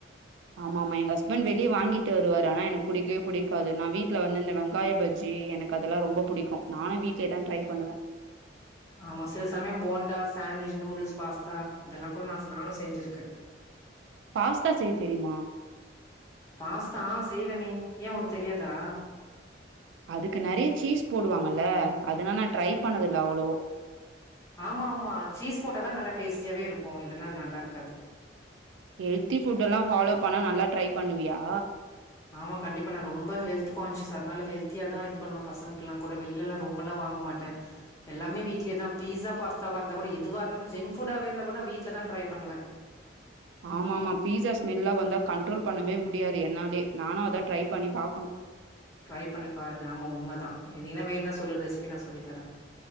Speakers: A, on the right (about 80°); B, on the left (about 15°).
A: ஆமாமா எங்க ஹஸ்பண்ட் வெளியே வாங்கிட்டு வருவாரு ஆனா எனக் புடிக்கவே புடிக்காது நா வீட்ல வந்து இந்த வெங்காய பஜ்ஜி எனக் கதெல்லா ரொம்ப புடிக்கு நானு வீட்லயேதா ட்ரை பண்ணுவே
B: ஆமா சில சமயோ போண்டா சாண்விச் நூடுல்ஸ் பாஸ்தா இதெல்லா கூட நா நானு செஞ்சிருக்கே
A: பாஸ்தா செய்ய தெரிமா
B: பாஸ்தா செய்வேனே ஏ உனக் தெரியாதா
A: அதுக்கு நிறைய சீஸ் போடுவாங்கல்ல அதனா நா ட்ரை பண்ணதுல அவ்ளவு
B: ஆமா ஆமா சீஸ் போட்டாதா நல்லா டேஸ்ட்டியாவே இருக்கு இல்லனா அது நல்லா இருக்காது
A: ஹெல்தி ஃபுட் எல்லா பாலோ பண்ணா நல்லா ட்ரை பண்ணுவியா
B: ஆமா கண்டிப்பா நா ரொம்ப ஹெல்த் கான்சியஸ் அதனால ஹெல்தியாதா இது பண்ணுவ பசங்கல்லாக் கூட வெள்ளெல்லா ரொம்பல்லா வாங்க மாட்டே எல்லாமே வீட்லயே தா பீஸா பாஸ்தாவா இருந்த கூட எதுவா இருந்தாலு ஜெங் ஃபுட்டாவே இருந்தா கூட வீட்டிலதா ட்ரை பண்ணுவே
A: ஆமா ஆமா பீஸா ஸ்மெல்லா வந்தா கண்ட்ரோல் பண்ணவே முடியாது என்னாலிலே நானு அத ட்ரை பண்ணி பாக்கனு
B: ட்ரை பண்ணிப் பாரு ஆமா உண்மதா நீனா வேன்னா சொல்லு ரெஸ்பி நா சொல்லித்தரே